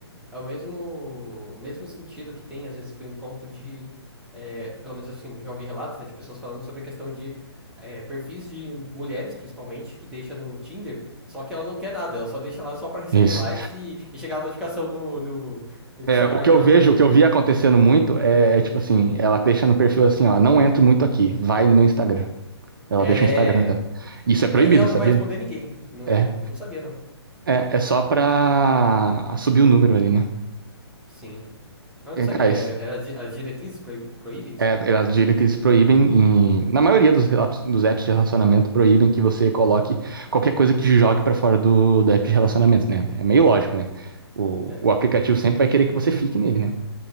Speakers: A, in the centre; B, on the right.
A: É o mesmo, mesmo sentido que tem, às vezes, que eu encontro de. é, pelo menos assim, já ouvi relatos, né, de pessoas falando sobre a questão de é, perfis de mulheres, principalmente, que deixa no Tinder, só que ela não quer nada, ela só deixa lá só pra receber
B: Isso.
A: likes e, e chegar a notificação no, no, no celular
B: É, o que
A: dela
B: eu vejo,
A: também.
B: o que eu vi acontecendo muito é, é tipo assim, ela deixa no perfil assim, ó, não entro muito aqui, vai no meu Instagram. Ela
A: É.
B: deixa o Instagram dela. Isso é
A: E
B: proibido,
A: daí ela
B: sabia?
A: não vai responder ninguém. Não,
B: É,
A: não sabia, não.
B: é, é só pra subir o número ali, né?
A: Sim. Mas eu
B: É,
A: não sabia,
B: Cara,
A: é,
B: isso-
A: é, as di- as diretrizes proíbe- proíbem isso
B: É,
A: aí?
B: as diretrizes proíbem, em- na maioria dos, relatos- dos apps de relacionamento, proíbem que você coloque qualquer coisa que te jogue pra fora do, do app de relacionamento, né? É meio lógico, né? O,
A: É.
B: o aplicativo sempre vai querer que você fique nele, né?